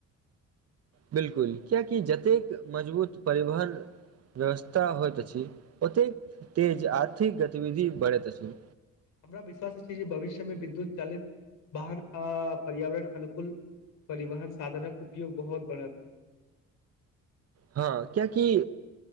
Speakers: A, on the right (about 50°); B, on the left (about 85°).
A: बिलकुल कियकि जतेक मजबूत परिवहन व्यवस्था होइत अछि, ओतेक तेज आर्थिक गतिविधि बढ़ैत अछि।
B: हमरा विश्वास अछि जे भविष्यमे विद्युत चालित वाहन आ पर्यावरण अनुकूल परिवहन साधनक उपयोग बहोत बढ़त।
A: हँ कियकि